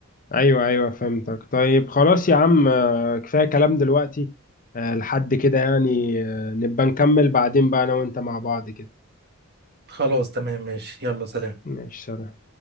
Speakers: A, on the left; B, on the right.
A: ايوه ايوه فهمتك طيب خلاص يا عم آه، كفايه كلام دلوقتي آه، لحد كده يعني آه، نبقى نكمل بعدين بقى انا وانت مع بعض كده
B: خلاص تمام ماشي يلا سلام
A: ماشي سلام